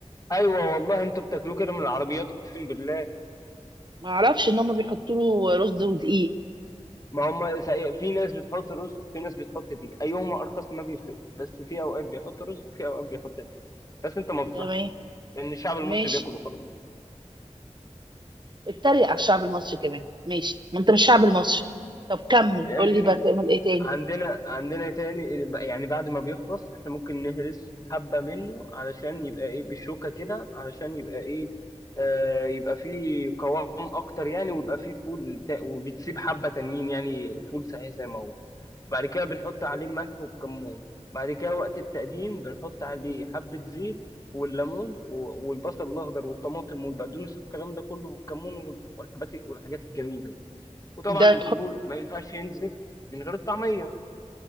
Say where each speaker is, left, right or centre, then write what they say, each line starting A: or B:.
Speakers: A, on the left; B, on the right.
A: ايوه والله انتوا بتاكلوه كده من العربيات اقسم بالله
B: ما اعرفش ان هم بيحطوا له رز ودقيق
A: ما هم سا- في ناس بتحط رز في ناس بتحط دي ايهما ارخص ما بيفرقش بس في اوقات بيحط رز في اوقات بيحط دي بس انت ما بتلاحظش
B: تمام
A: لان الشعب المصري
B: ماشي
A: بياكل وخلاص
B: اتريق على الشعب المصري كمان ماشي ما انت مش شعب المصري طب كمل
A: يعني
B: قول
A: مش
B: لي بتعمل ايه تاني
A: عندنا عندنا تاني يعني بعد ما بيخلص احنا ممكن نهرس حبة منه علشان يبقى ايه بالشوكة كده علشان يبقى ايه آه يبقى فيه قوام اكتر يعني ويبقى فيه فول تا- وبتسيب حبة تانيين يعني فول صحيح زي ما هو بعد كده بنحط عليه ملح وكمون بعد كده وقت التقديم بنحط عليه حبة زيت والليمون و- والبصل الاخضر والطماطم والبقدونس والكلام ده كله والكمون وال- والحاجات والحاجات الجميلة دي وطبعا
B: ده
A: الفول ما ينفعش ينزل من غير الطعمية